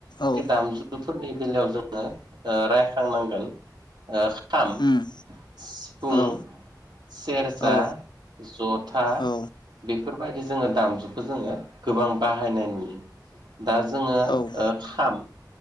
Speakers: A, on the left; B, on the right.
A: औ
B: दामजुफोरनि बेलायाव जोंङो ओ रायखांनांगोन ओ खाम
A: उम
B: सिफुं
A: औ
B: सेरजा
A: औ
B: जथा
A: औ
B: बेफोरबायदि जोंङो दामजुखौ जोंङो गोबां बाहायनाय नुयो। दा जोंङो
A: औ
B: ओ खाम